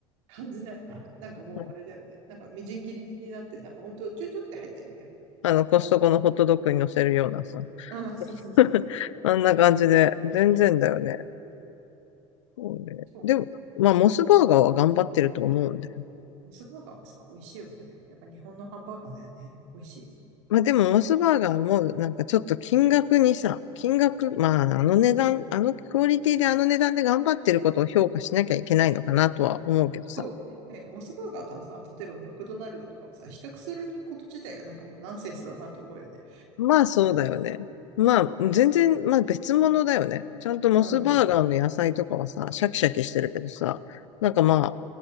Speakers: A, on the right; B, on the left.
A: 感じないから、なんかもうあれだよね。
B: うん
A: なんかみじん切りになって、なんかほんとちょちょって入ってるぐらい。
B: あの、コストコのホットドッグに乗せるようなさ。
A: ああ、そうそうそうそう。
B: <laughs> あんな感じで、全然だよね。そうね。
A: そうね。
B: でも、まあ、モスバーガーは頑張ってると思うんだよ。
A: モスバーガーをさ、美味しいよね。やっぱ日本のハンバーガーだよね。美味しい。
B: まあ、でも、モスバーガーも、なんかちょっと金額にさ、金額、まあ、あの値段、あのクオリティであの値段で頑張ってることを評価しなきゃいけないのかなとは思うけどさ。
A: そうね。で、モスバーガーとはさ、例えばマクドナルドとかをさ、比較すること自体がなんかもうナンセンスだなと思うよね。
B: まあ、そうだよね。まあ、全然、まあ、別物だよね。ちゃんとモスバーガーの野菜とかはさ、
A: うん。
B: シャキシャキしてるけどさ、なんかまあ、